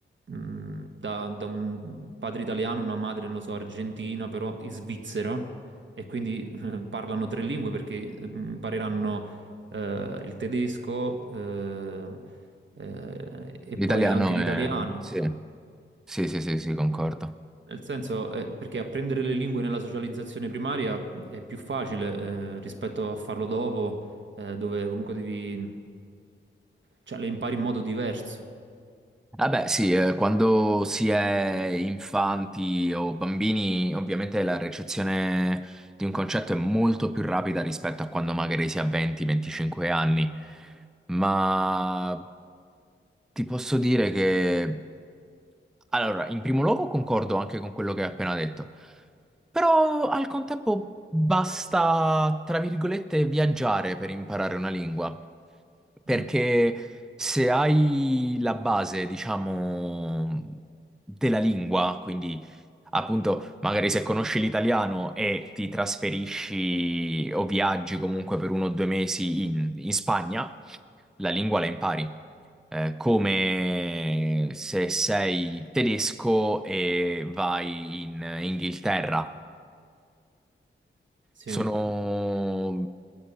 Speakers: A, on the right; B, in the centre.
A: mh, da, da un padre italiano, una madre, non lo so, argentina, però in Svizzera, e quindi <laughs> eh, parlano tre lingue perché eh, impareranno eh, il tedesco eh, eh, e
B: L'italiano
A: poi anche l'italiano.
B: è... Sì, sì, sì, sì, sì, concordo.
A: Nel senso, eh, perché apprendere le lingue nella socializzazione primaria è più facile eh, rispetto a farlo dopo, eh, dove comunque devi, cioè, le impari in modo diverso.
B: Vabbè, sì, eh, quando si è infanti o bambini, ovviamente la recezione di un concetto è molto più rapida rispetto a quando magari si ha 20-25 anni. Ma ti posso dire che, allora, in primo luogo concordo anche con quello che hai appena detto. Però al contempo basta, tra virgolette, viaggiare per imparare una lingua. Perché
A: Mm,
B: se hai la base, diciamo, della lingua, quindi appunto, magari se conosci l'italiano e ti trasferisci o viaggi comunque per uno o due mesi in, in Spagna, la lingua la impari. Eh, come se sei tedesco e vai in Inghilterra
A: sì.
B: sono...